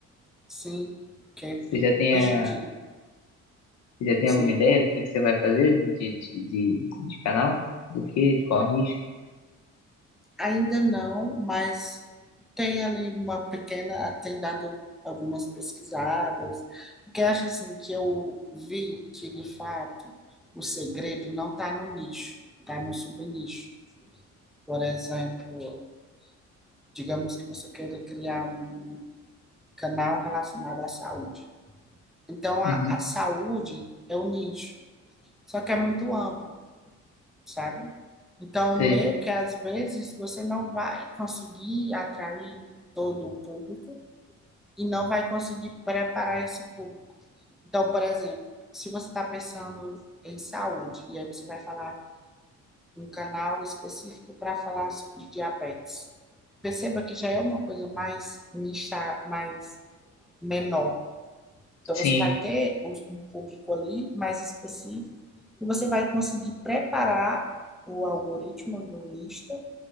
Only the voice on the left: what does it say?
Você já tem
a,
Você já tem
alguma ideia do que, que você vai fazer de, de, de, de canal? Do que? De qual nicho?
Uhum,
sei.
Sim.